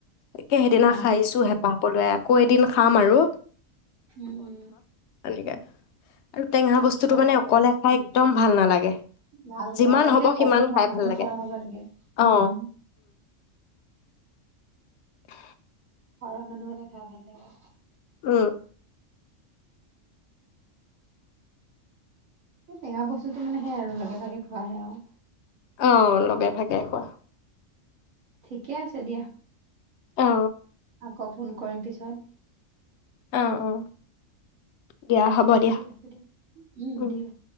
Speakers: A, on the left; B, on the right.
A: একে সেইদিনা
B: অ', অ',
A: খাইছো হেঁপাহ পলোৱাই আকৌ এদিন খাম আৰু
B: উম উ
A: একে আৰু টেঙা বস্তুতটো মানে
B: লাগে,
A: অকলে খাই একদম ভাল নালাগে
B: ভাল
A: যিমান
B: নেলাগে লাগিলে
A: হ'ব
B: কমেই
A: সিমান
B: হওক
A: খাই
B: মানুহ
A: ভাল লাগে
B: খৰহ হ'ব লাগে উম
A: অ উহ
B: খৰহ মানুহ হ'লে খাই ভাল লাগে
A: উ
B: এ টেঙা বস্তুটো মানে সেই আৰু লগে ভাগে খোৱাহে আৰু
A: উহ লগে ভাগে খোৱা
B: ঠিকে আছে দিয়া
A: এ মো
B: আকৌ ফোন কৰিম পিছত
A: উ উ দিয়া হ'ব দিয়া
B: ঠিক আছে উম,
A: উহ
B: ঠিক আছে।